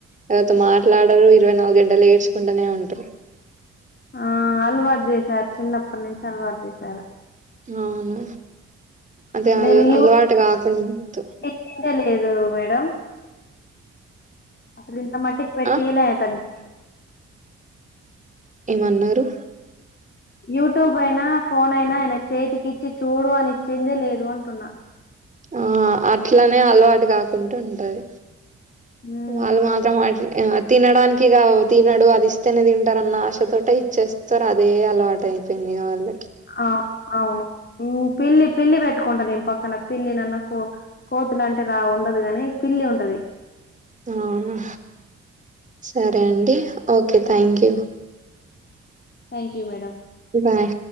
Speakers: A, on the right; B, on the left.
A: ఎవరితో మాట్లాడరు ఇరవై నాలుగు గంటలు ఏడ్చుకుంటనే ఉంటారు
B: ఆ అలవాటు చేసారు చిన్నప్పటి నుంచి అలవాటు చేసారు
A: అవును అదే అ
B: నేను యూట్యూబ్
A: అలవాటు కాకూడదు
B: తెచ్చిందే లేదు మేడం అసలు ఇంత మట్టికి పెఠయలాయ
A: ఆ
B: తనకి
A: ఏమన్నారు
B: యూట్యూబ్ అయినా ఫోన్ అయినా ఆయన చేతికి ఇచ్చి చూడు అని ఇచ్చిందే లేదు అంటున్నా
A: ఆ అట్లనే అలవాటు కాకుంటూ ఉంటది
B: హ్మ్.
A: వాళ్ళ మాత్ర మా తినడానికి కా తినడు అది ఇస్తేనే తింటారున్న ఆశతోోట ఇచ్చేస్తారు అదే అలవాట అయిపోయింది వాళ్ళకి
B: ఆ అవును పిల్లి పిల్లి పెట్టుకుంటాది నేను పక్కన పిల్లి నన్న కో కోతులు అంటే రా ఉండదు కాగాని పిల్లి ఉంటది
A: అవునా సరే అండి okay thank you
B: thank you madam
A: bye